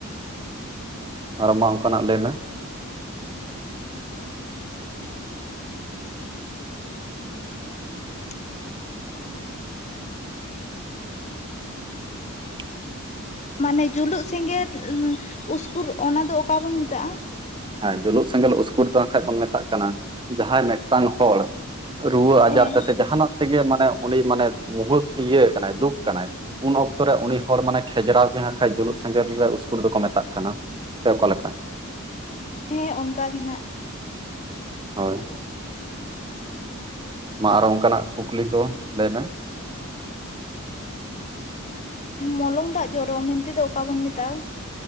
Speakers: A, on the right; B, on the left.
A: ᱟᱨ ᱢᱟ ᱚᱵᱠᱟᱱᱟᱜ ᱞᱟᱹᱭ ᱢᱮ <inaudible>
B: ᱦᱩᱸ <inaudible>
A: <inaudible>
B: ᱢᱟᱹᱱᱮ ᱡᱩᱞᱩᱜ ᱥᱮᱸᱜᱮᱞ ᱩᱥᱠᱩᱨ ᱚᱱᱟ ᱫᱚ ᱚᱠᱟ‌ ᱵᱚᱱ ᱢᱮᱛ ᱛᱟᱜᱼᱟ
A: ᱮᱸ ᱡᱩᱞᱩᱜ ᱥᱮᱸᱜᱮᱞ ᱩᱥᱠᱩᱨ ᱫᱚ ᱠᱷᱟᱱ ᱵᱚᱱ ᱢᱮᱛᱟᱼᱜ ᱠᱟᱱᱟ ᱡᱟᱦᱟᱸᱭ ᱢᱤᱫᱴᱟᱝ ᱦᱚᱲ ᱨᱩᱣᱟᱹ ᱟᱡᱟᱨ
B: ᱦᱮᱸ
A: ᱛᱮᱥᱮ ᱡᱟᱦᱟᱱᱟᱼᱜ ᱛᱮ ᱜᱮ ᱢᱟᱱᱮ ᱩᱱᱤ ᱢᱟᱱᱮ ᱢᱩᱦᱩᱛ ᱤᱭᱟᱹ ᱠᱟᱱᱟᱼᱭ ᱫᱩᱠ ᱠᱟᱱᱟᱭ ᱩᱱ ᱚᱠᱛᱚ ᱨᱮ ᱩᱱᱤ ᱦᱚᱲ ᱢᱟᱱᱮ ᱠᱷᱮᱡᱽᱨᱟᱼᱣ ᱛᱟᱦᱮᱸ ᱠᱷᱟᱡ ᱡᱩᱞᱩᱜ ᱥᱮᱸᱜᱮᱞ ᱨᱮ ᱩᱥᱠᱩᱨ ᱫᱚᱠᱚ ᱢᱮᱛᱟᱼᱜ ᱠᱟᱱᱟ ᱥᱮ ᱚᱠᱟᱞᱮᱠᱟ
B: ᱦᱮᱸ ᱚᱱᱠᱟ ᱜᱮ ᱱᱟᱜ
A: ᱦᱳᱭ ᱢᱟ ᱟᱨᱚ ᱚᱱᱠᱟᱱᱟᱜ ᱠᱩᱠᱞᱤ ᱠᱚ ᱞᱟᱹᱭ ᱢᱮ
B: ᱮᱸ ᱢᱚᱞᱚᱝ ᱫᱟᱜ ᱡᱚᱨᱚ ᱢᱮᱱᱛᱮᱫ ᱫᱚ ᱚᱠᱟ ᱵᱚᱱ ᱢᱮᱛᱟᱜᱼᱟ